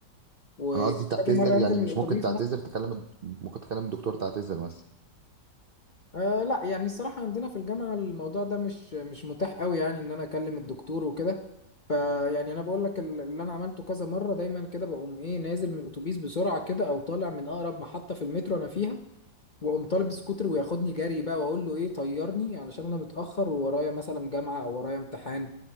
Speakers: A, on the left; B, on the right.
A: وكذا
B: انا قصدي تعتذر
A: مرة أنزل
B: يعني
A: من
B: مش
A: الأتوبيس
B: ممكن تعتذر
A: مثلا
B: تكلم ممكن تكلم الدكتور تعتذر مثلا
A: آه لا يعني الصراحة عندنا في الجامعة الموضوع ده مش مش متاح قوي يعني إن أنا أكلم الدكتور وكده فيعني أنا بقول لك ال- اللي أنا عملته كذا مرة دايما كده بقوم إيه نازل من الأتوبيس بسرعة كده أو طالع من أقرب محطة في المترو أنا فيها واقوم طالب سكوتر وياخدني جري بقى واقول له ايه طيرني علشان انا متاخر وورايا مثلا جامعه او ورايا امتحان